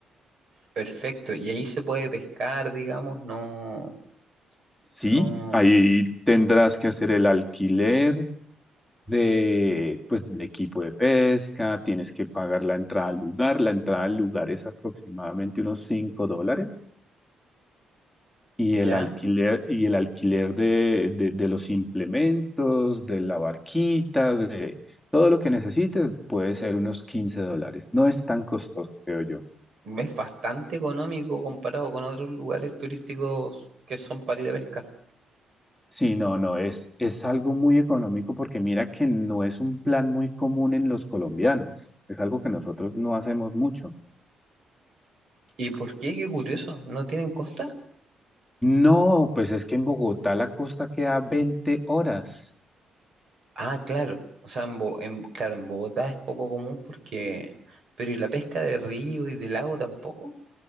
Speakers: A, on the right; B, in the centre.
A: Perfecto. Y ahí se puede pescar, digamos, no,
B: Sí,
A: no,
B: ahí tendrás que hacer el alquiler, de, pues, del equipo de pesca, tienes que pagar la entrada al lugar. La entrada al lugar es aproximadamente unos 5 dólares y el
A: ya.
B: alquiler, y el alquiler de, de, de los implementos, de la barquita, de todo lo que necesites puede ser unos 15 dólares. No es tan costoso, creo yo.
A: Es bastante económico comparado con otros lugares turísticos que son para ir a pescar.
B: Sí, no, no, es, es algo muy económico porque mira que no es un plan muy común en los colombianos. Es algo que nosotros no hacemos mucho.
A: ¿Y por qué? Qué curioso. ¿No tienen costa?
B: No, pues es que en Bogotá la costa queda 20 horas.
A: Ah, claro. O sea, en, Bo- en- claro, en Bogotá es poco común porque... Pero ¿y la pesca de río y de lago tampoco?